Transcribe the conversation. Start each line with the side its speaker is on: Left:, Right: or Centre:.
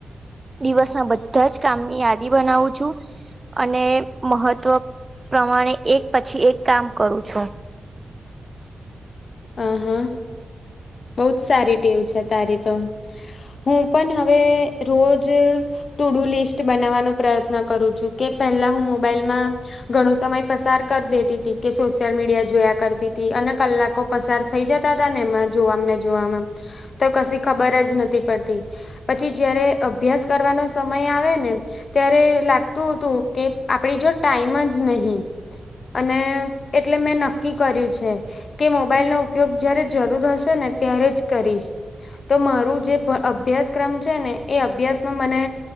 Right: દિવસના બધા જ કામની યાદી બનાવું છુ, અને મહત્વ પ્રમાણે એક પછી એક કામ કરું છુ.
Left: આ હા બહ જ સારી ટેવ છે, તારી તો હું પણ હવે રોજ ટુ ડુ લિસ્ટ બનાવવાનો પ્રયત્ન કરું છું કે પેલા હું મોબાઈલમા ઘણો સમય પસાર કરી દેતી ત કે સોશિયલ મીડિયા જોયા કરતી ત અને કલાકો પસાર થઈ જતા હતા ને એમાં જોવા ને જોવામ તો કશી ખબર જ નથી, પડતી પછી જયારે અભ્યાસ કરવાનો સમય આવે ને ત્યારે લ તુ તુ કે આપડી જો ટાઈમ જ નહી અને એટલે મેં નક્કી કર્યું છે, કે મો મોબાઈલનો ઉપયોગ જય્યારે જરૂર હશે ને ત્યારે જ કરીશ તો મારું જે અભ્યાસ ક્રમ છે ને એ અભ્યાસમાં મને